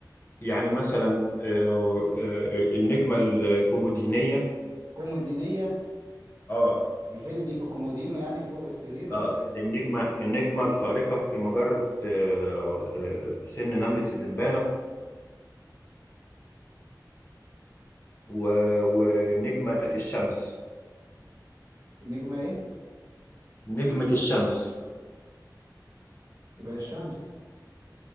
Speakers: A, on the left; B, on the right.
A: يعني مثلا آه، آه، النجمة الكومودينية
B: كومودينية
A: اه
B: دي فين دي في كومودينو يعني فوق السرير
A: اه
B: ولا إيه
A: النجمة النجمة الخارقة في مجرة آه، آه، سن نملة الدبانة و- ونجمة الشمس
B: نجمة إيه
A: نجمة الشمس
B: يبقى الشمس